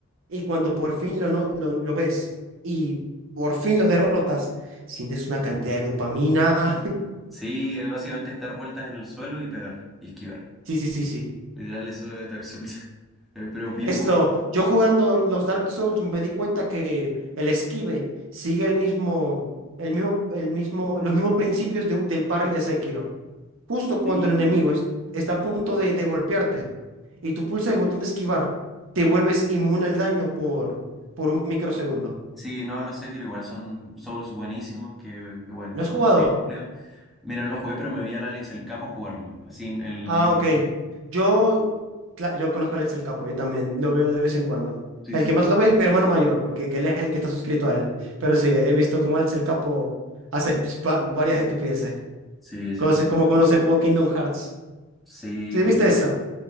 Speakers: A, on the right (about 60°); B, in the centre.
A: Y cuando por fin lo, no- lo, lo ves y por fin lo derrotas, sientes una cantidad de dopamina. <laughs>
B: Sí, es básicamente es dar vueltas en el suelo y pegar y esquivar.
A: Sí, sí, sí, sí.
B: Literal, eso es Dark Souls. <laughs> Eh, Pero bien
A: Esto,
B: bueno.
A: yo jugando los Dark Souls me di cuenta que el esquive sigue el mismo, el mismo, el mismo, los mismos principios de un- del parry de Sekiro. Justo cuando
B: Sí.
A: el enemigo es- está a punto de, de golpearte y tú pulsas el botón de esquivar, te vuelves inmune al daño por, por un microsegundo.
B: Sí, no, los Sekiro igual son Souls buenísimos, que, que bueno,
A: ¿Lo
B: son
A: has jugado?
B: bien complicados. Mira, no lo jugué, pero me vi al Alex el Capo jugarlo. Así, en el,
A: Ah,
B: los-
A: ok. Yo Cla- yo conozco a Alex el Capo, yo también lo veo de vez en cuando.
B: Sí,
A: El
B: sí.
A: que más lo ve es mi hermano mayor, porque que él es el que está suscrito a él. Pero sí, he visto cómo Alex el Capo hace est- pa- varias estupideces.
B: Sí, sí, ese
A: Como,
B: es muy
A: se- como
B: bueno.
A: cuando se jugó Kingdom Hearts.
B: Sí,
A: ¿Sí viste eso?